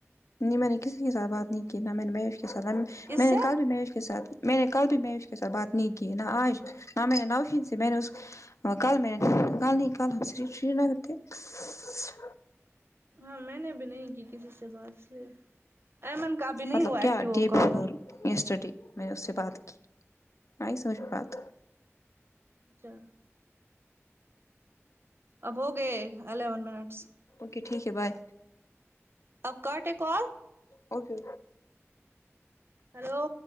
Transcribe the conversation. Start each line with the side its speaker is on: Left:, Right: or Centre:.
Left: نہیں میں نے کسی کے ساتھ بات نہیں کی میں نے مہیش کے ساتھ
Right: کس
Left: میں
Right: سے
Left: نے کل بھی مہیش کے ساتھ میں نے کل بھی مہیش کے ساتھ بات نہیں کی نہ آج نہ میں نے نوشین سے میں نے اس اور کل میں کل نہیں کل ہم شری نگر میں تھے ش۔ ش
Right: ہاں میں نے بھی نہیں کی کسی سے بات اس لیے ایمن کا بھی نہیں
Left: مطلب
Right: ہوا
Left: کیا
Right: ایکٹیو ہو
Left: ڈے
Right: کالر
Left: بفور یسٹرڈے میں نے اس سے بات کی آئی سمجھ میں بات
Right: اچھا اب ہوگے الیون منٹس
Left: اوکے ٹھیک ہے بائے
Right: اب کاٹے کال
Left: اوکے
Right: ہیلو